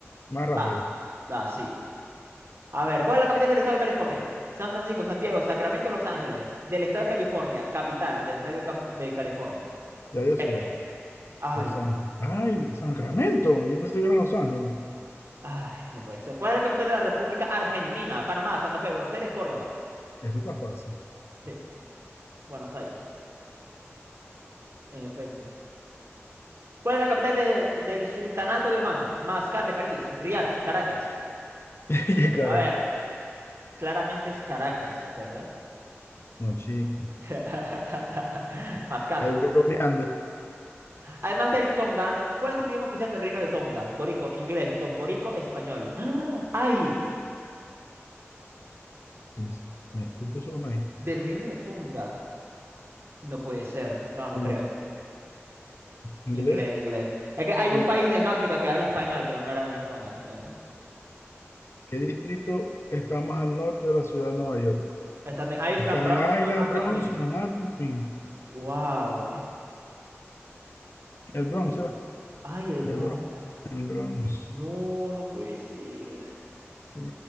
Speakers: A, on the left; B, on the right.
A: más
B: Va,
A: rápido.
B: va, sí. A ver, ¿cuál es la capital del estado de California? San Francisco, San Diego, Sacramento, Los Ángeles. Del estado de California, capital del estado de California.
A: Ya yo
B: Este.
A: sé ya,
B: Ay,
A: Los Ángeles. Ay, Sacramento, yo pensé que eran Los Ángeles.
B: ay, no puede ser. ¿Cuál es la capital de la República Argentina? Panamá, Santa Fe, Buenos Aires, Córdoba.
A: Eso está fácil.
B: Sí, Buenos Aires, en efecto. ¿Cuál es la capital de- del Sultanato de Omán? Mascate, París, Riad, Caracas.
A: <laughs> Qué caraca.
B: A ver, claramente es Caracas, ¿verdad?
A: No, chico.
B: <laughs> Mascate.
A: Ahí bromeando.
B: Además del tongano, ¿cuál es el idioma oficial del Reino de Tonga? Gorico, inglés, tongorico, español. ¡Ah! ¡Ay!
A: No sé. Mira, Yo puse uno ahí.
B: Del Reino de Tonga. No puede ser. No, no
A: Tengo,
B: creo.
A: inglés.
B: Inglés, inglés. Es que hay
A: ¿Y
B: un
A: el-
B: país en África que habla español, pero no era, no es Tonga, no es Tonga.
A: qué distrito está más al norte de la ciudad de Nueva York?
B: Está en Island,
A: Staten
B: Bronx, Manhattan,
A: Island, Bronx,
B: Queens.
A: Manhattan, Queens.
B: Wow,
A: El Bronx
B: Pues,
A: era.
B: ay, el Bronx.
A: El, Bro- el Bronx.
B: No, no puede ser.
A: Sí.